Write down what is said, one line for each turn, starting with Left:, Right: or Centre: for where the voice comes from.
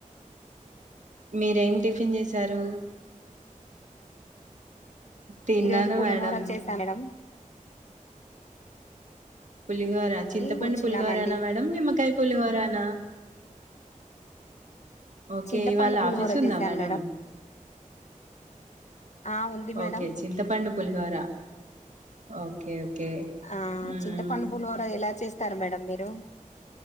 Right: మీరేం టిఫిన్ చేశారు తిన్నాను
Left: ఈ రోజు పులిహోర
Right: మేడం
Left: చేసా మేడం
Right: పులిహోర చింతపండు
Left: కూర్చున్నామండి
Right: పులిహోరనా మేడం నిమ్మ టైం పులిహోర న ఓకే
Left: చింతపండు
Right: ఇవాళ్ళ
Left: పులిహోర
Right: ఆఫీస్ ఉందా
Left: చేశాను
Right: మేడం
Left: ఆ ఉంది మేడం
Right: ఓకే చింతపండు పులిహోర ఓకే ఓకే
Left: ఆ
Right: ఉమ్
Left: చింతపండు పులిహోర ఎలా చేస్ స్తారు మేడం మీరు